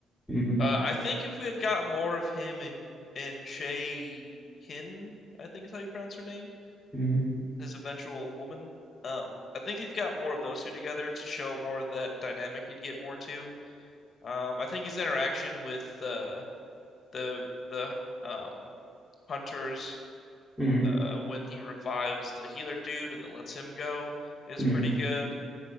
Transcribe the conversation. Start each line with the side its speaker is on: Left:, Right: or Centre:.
Centre: hmm
Left: uh, I think if we had got more of him in in Che Hin, I think is how you pronounce her name,
Centre: hmm
Left: his eventual woman. Um, I think you've got more of those two together to show more of that dynamic you'd get more too. Um, I think his interaction with uh, the the um, hunters
Centre: hmm
Left: uh, when he revives the healer dude and then lets him go is
Centre: hmm
Left: pretty good.